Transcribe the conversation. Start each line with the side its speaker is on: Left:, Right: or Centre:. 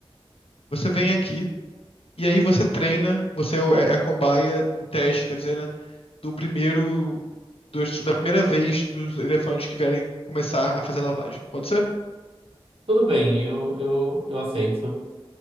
Left: você vem aqui e aí você treina, você é, o- é é a cobaia, o teste, quer dizer, né? Do primeiro. dos- da primeira vez dos elefantes que vierem começar a fazer lavagem. Pode ser?
Right: Tudo bem, eu, eu, eu aceito.